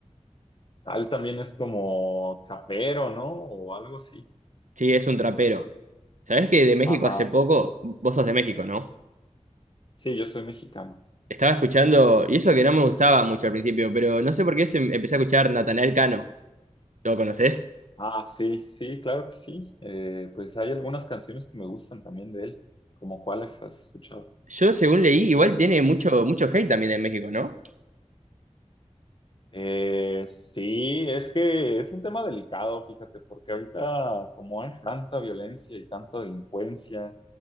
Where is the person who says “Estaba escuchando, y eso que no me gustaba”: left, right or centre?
Right